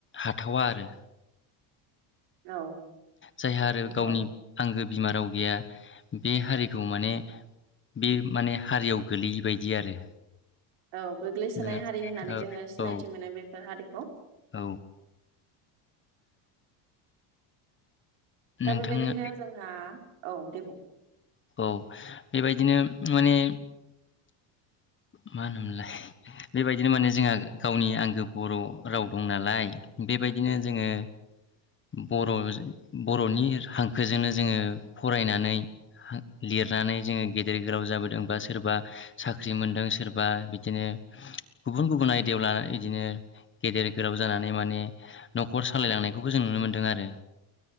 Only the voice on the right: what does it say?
औ
नंगौ
औ गोग्लैसोनाय
हारि होननानै जोङो सिनायथि
मोनो बेफोर हारिखौ
दा
बेबायदिनो जोंहा औ दे बुं।